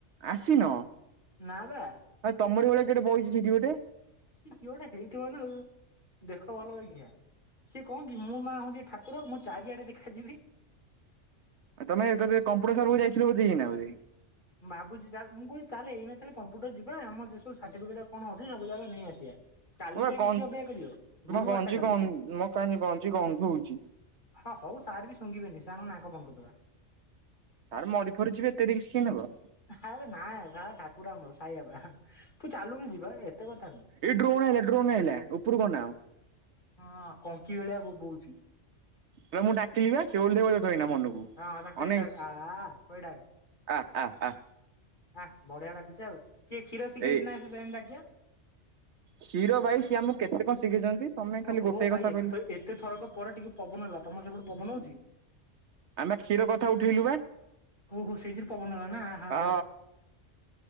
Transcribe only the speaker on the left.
ନା ବା
ସିଏ କିଏ ଗୋଟେ ହେଇଥିବନା, ଦେଖ ଭଲ ବାଗିଆ। ସିଏ କଣ କି, ମୁଁ ମାଆ ହଉଚି ଠାକୁର, ମୁଁ ଚାରିଆଡେ ଦେଖାଯିବି।
ମୁ ଭାବୁଚି ଚାଲ, ମୁଁ କହୁଛି ଚାଲେ ଏଇନାଁ ଚାଲେ କମ୍ପୁଟର ଯିବା, ଆମ ସେ ସବୁ ସାର୍ଟିଫିକଟ କଣ ଅଛି, ସବୁ ଯାକ ନେଇ ଆସିବା। କାଲି
ଯାଇକି
କିଏ ଅପେକ୍ଷା କରିବ, ଗୁରୁବାରଟା
କାଲି।
ହଁ ହଉ, ସାର୍ ବି ଶୁଙ୍ଘିବେନି, ସାରଙ୍କ ନାକ ବନ୍ଦ କରିଦବା।
ଆରେ ନାଁ ସାର ଠାକୁର ଆମର, ସାଇବାବା, ତୁ ଚାଲୁନୁ ଯିବା, ଏତେ କଥା କଣ?
ହଁ କଙ୍କି ଭଳିଆ ବୋବଉଛି।
ହଁ ତାକୁ
ଏମିତି ଡାକେ ଆ କହ ଡାକେ।
ଆ ବଢିଆ ଡାକୁଚ ଆଉ କିଏ କ୍ଷୀର ଶିଖେଇଛି
ନାଁ ସେମିତି ଡାକିବା।
ଓହୋ
ଭାଇ
ଏତେ
ଥର ଏତେ ଥରକ ପରେ ଟିକେ ପବନ ହେଲା ତମର ସେପଟେ ପବନ ହଉଛି।
ଓହୋ ସେଇର ପବନହେଲା ନା ହ।